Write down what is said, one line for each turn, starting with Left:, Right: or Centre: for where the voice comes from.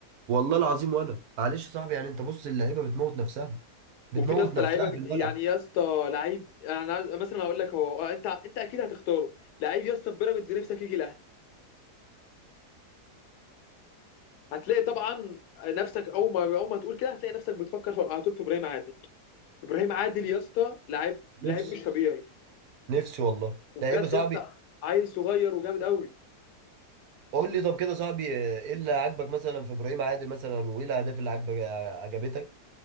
Right: والله العظيم وانا معلش يا صاحبي يعني انت بص اللعيبه بتموت نفسها بتموت
Left: وفي يا اسطى
Right: نفسها
Left: لعيبه
Right: في الملعب
Left: يعني يا اسطى لعيب انا عايز- مثلا هقول لك هو آه، انت انت اكيد هتختاره لعيب يا اسطى في بيراميدز نفسك يجي الاهلي هتلاقي طبعا نفسك اول ما اول ما تقول كده هتلاقي نفسك بتفكر في- على طول في ابراهيم عادل ابراهيم عادل يا اسطى لعيب
Right: نفسي
Left: لعيب مش طبيعي
Right: نفسي والله
Left: وبجد
Right: لعيبه صاحبي
Left: يا اسطى عيل صغير وجامد قوي
Right: قول لي طب كده صاحبي آه، ايه اللي عاجبك مثلا في ابراهيم عادل مثلا وايه الاهداف اللي عاجبك آه، عجبتك